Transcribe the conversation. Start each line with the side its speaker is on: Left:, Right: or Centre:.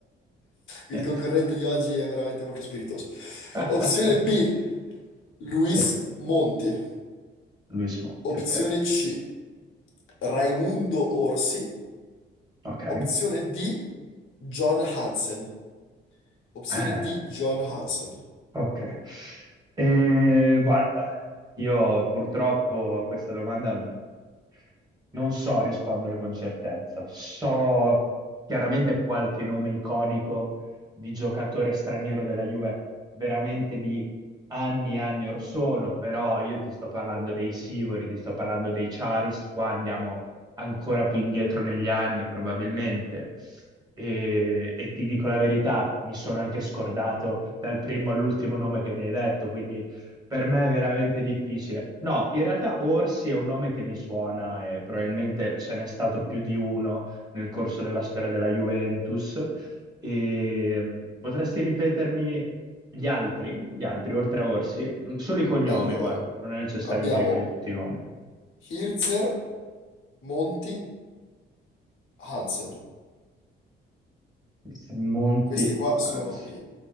Left: Il
Right: Niente.
Left: concorrente di oggi è veramente molto spiritoso.
Right: <laughs>
Left: Opzione B, Luis
Right: Sì,
Left: Monti.
Right: Luis Motti,
Left: Opzione
Right: ok.
Left: C, Raimundo Orsi.
Right: Ok.
Left: Opzione D, John Hansen. Opzione
Right: Eh,
Left: D, John Hansen.
Right: Ok, Eh, guarda, io purtroppo a questa domanda non non so rispondere con certezza. So chiaramente qualche nome iconico di giocatore straniero della Juve, veramente di anni e anni or sono, però io ti sto parlando dei Sivori, ti sto parlando dei Charles, qua andiamo ancora più indietro negli anni, probabilmente. E, e ti dico la verità, mi sono anche scordato dal primo all'ultimo nome che mi hai detto, quindi per me è veramente difficile. No, in realtà Orsi è un nome che mi suona e probabilmente ce n'è stato più di uno nel corso della storia della Juventus. E, mh, potresti ripetermi gli altri, gli altri oltre a Orsi? Mm, Solo i cognomi,
Left: Allora,
Right: guarda, non è necessario
Left: abbiamo
Right: che mi ripeti tutti i nomi.
Left: Hirzer, Monti, Hansen.
Right: Il San Monti,
Left: Questi
Right: eh,
Left: qua sono
Right: sì.
Left: i...